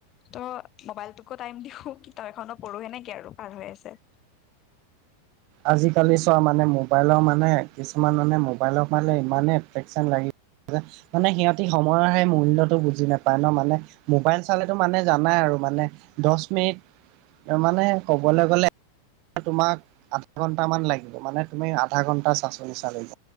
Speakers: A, on the left; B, on the right.
A: ত' মোবাইলটোকো টাইম দিও কিতাপ এখনো পঢ়ো সেনেকে আৰু পাৰ হৈ আছে
B: আজিকালি চোৱা মানে মোবাইলৰ মানে কিছুমান মানে মোবাইলৰ মানে ইমানেই এট্ৰেকচন লাগি মানে মানে সিহঁতি সময়ৰ সেই মূল্যটো বুজি নাপায় ন মানে মোবাইল চালেতো মানে জানাই আৰু মানে দহ মিনিট মানে ক'বলে গ'লে তোমাক আধা ঘণ্টামান লাগিব মানে তুমি আধা ঘণ্টা চাচনি চালিব